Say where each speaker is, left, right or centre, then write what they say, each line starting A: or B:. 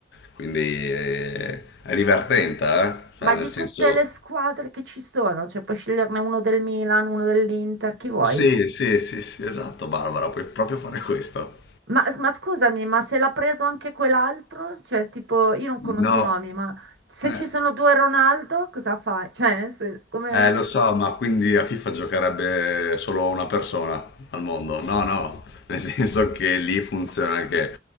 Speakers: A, on the left; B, on the right.
A: Quindi eh, è divertente, eh? Cioè,
B: Ma di
A: nel senso...
B: tutte le squadre che ci sono, cioè puoi sceglierne uno del Milan, uno dell'Inter, chi vuoi?
A: Sì, sì, sì, sì, esatto, Barbara, puoi proprio fare questo.
B: Ma, ma scusami, ma se l'ha preso anche quell'altro? Cioè, tipo, io non conosco
A: No,
B: i nomi, ma se
A: eh.
B: ci sono due Ronaldo, cosa fai? Cioè, nel sen- come...
A: Eh, lo so, ma quindi a FIFA giocherebbe solo una persona al mondo? No, no, <laughs> nel senso che lì funziona che